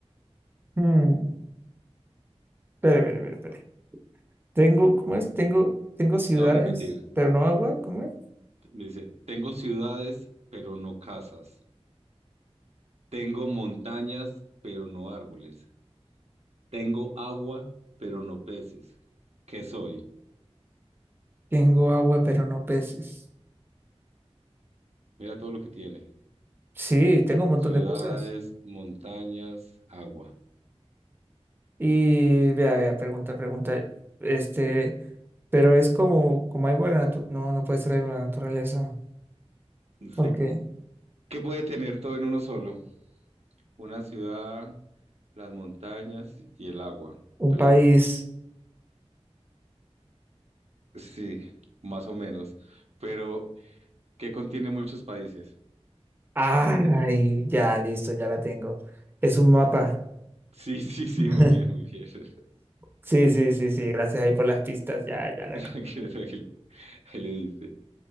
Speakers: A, on the right; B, on the right.
A: Hmm. Espere, espere, espere, espere. Tengo, ¿cómo es? Tengo, tengo ciudades,
B: La voy a repetir.
A: pero no agua, ¿cómo es?
B: Me dice, tengo ciudades, pero no casas. Tengo montañas, pero no árboles. Tengo agua, pero no peces. ¿Qué soy?
A: Tengo agua, pero no peces.
B: Mira todo lo que tiene.
A: Sí, tengo un montón
B: Ciudades,
A: de cosas.
B: montañas, agua.
A: Y vea, vea, pregunta, pregunta. Este, pero es como, como hay la naturaleza. No, no puede ser algo de la naturaleza.
B: No
A: Porque
B: ¿Qué puede tener todo en uno solo? Una ciudad, las montañas y el agua,
A: un
B: pero
A: país.
B: sí, más o menos. Pero, ¿qué contiene muchos países? <laughs>
A: Ay, ya, listo, ya la tengo. Es un mapa.
B: Sí, sí, sí,
A: <laughs>
B: muy bien, muy bien. <laughs>
A: Sí, sí, sí, sí. Gracias ahí por las pistas. Ya, ya la.
B: Tranquilo,
A: co-
B: tranquilo. Ahí le diste.